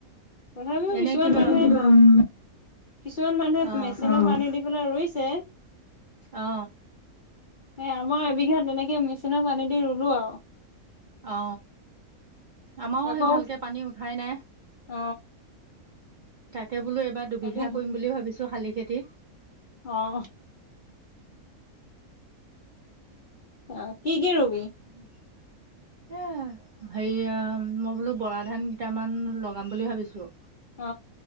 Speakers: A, on the left (about 70°); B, on the right (about 60°).
A: তথাবিও
B: এনে
A: কিছমান
B: কিবা
A: মানুহে
B: উম
A: <unintelligible> কিছুমান মানুহে
B: অ
A: মেচিনৰ পানী দি ৰুইছে।
B: অ।
A: এই আমাৰ এবিঘা তেনেকে মেচিনৰ পানী দি ৰুলো আও।
B: অ। আমাৰও
A: আকৌ
B: সে ভালকে পানী উঠাই নাই।
A: অ
B: তাকে বোলো এইবাৰ দুবিঘা
A: এদি
B: কৰিম বুলি ভাবিছো শালি। খেতি।
A: অ। অ কি কি ৰোঁ।
B: <unintelligible> এ সেইয়া মই বোলো বৰা ধান কেইটামান লগাম বুলি ভাবিছোঁ।
A: অ।